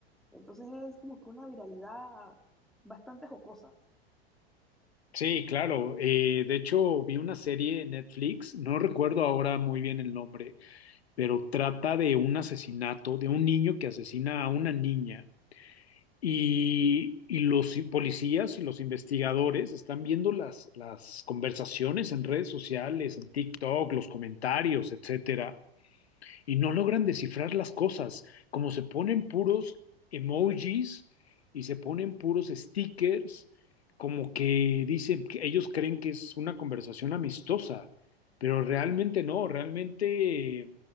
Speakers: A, in the centre; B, on the left.
A: Entonces es como que una viralidad bastante jocosa,
B: Sí, claro. eh, de hecho, vi una serie en Netflix, no recuerdo ahora muy bien el nombre, pero trata de un asesinato, de un niño que asesina a una niña. Y, y los policías y los investigadores están viendo las, las conversaciones en redes sociales, en TikTok, los comentarios, etcétera, y no logran descifrar las cosas, como se ponen puros emojis y se ponen puros stickers, como que dicen que ellos creen que es una conversación amistosa, pero realmente no, realmente eh,